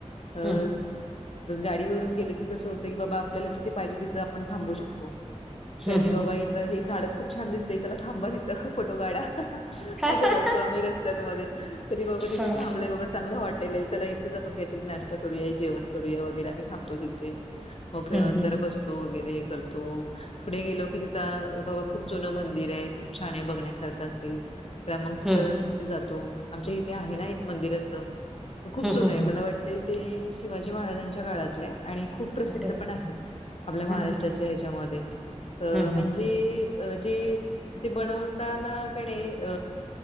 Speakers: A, on the left (about 60°); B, in the centre.
A: अ
B: हम्म
A: गाडीवरून गेले की कसं होतं की बाबा आपल्याला जिथे पायजे तिथे आपण थांबू शकतो. कधी
B: हम्म हम्म
A: बाबा इथं हे झाडचं खूप छान दिसतंय चला थांबा तथं फोटो काढा.
B: हा
A: असं
B: हा
A: करतो आम्ही रस्त्यात मधे, तरी बाबा तिथे
B: हा
A: थांबलेय बाबा चांगलं हॉट चला इथंच आपण काईतरी नाश्टा करूया, जेवण करूया वगैरे आम्ही थांबतो तिथे. होे का
B: हम्म हम्म
A: जरा बस् -तो वगैरे करतो पुढे गेलो की तिथं बाबा खूप जुनं मंदिराय खूप छाने बघण्यासारखं असेल तर मंग तिथं
B: हम्म
A: जातो आमच्या इथे आहे ना एक मंदिर असं खूप
B: हम्म
A: जुनय
B: हम्म हम्म
A: मला वाट् ते ते शिवाजी महाराजांच्या काळातले आणि खूप प्रसिद्ध
B: अरे
A: पण
B: वा
A: आहे आपल्या महाराष्ट्रा
B: हम्म हम्म
A: -च्या याच्यामध्ये अ
B: हम्म
A: म्हणजे
B: हम्म
A: अ जे ते बनवताना कने अ